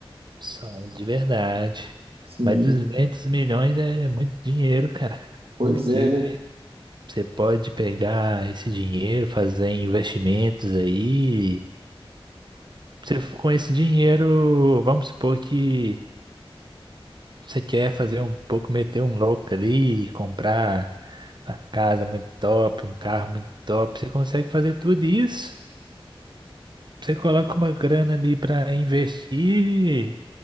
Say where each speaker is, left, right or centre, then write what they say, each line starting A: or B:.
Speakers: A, on the right; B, on the right.
A: só os de verdade.
B: Sim,
A: Mas 200 milhões é muito dinheiro, cara.
B: pois
A: Porque
B: é, né?
A: você pode pegar esse dinheiro, fazer investimentos aí. Você, com esse dinheiro, vamos supor que Você quer fazer um pouco, meter um louco ali, comprar uma casa muito top, um carro muito top, você consegue fazer tudo isso. Você coloca uma grana ali para investir, e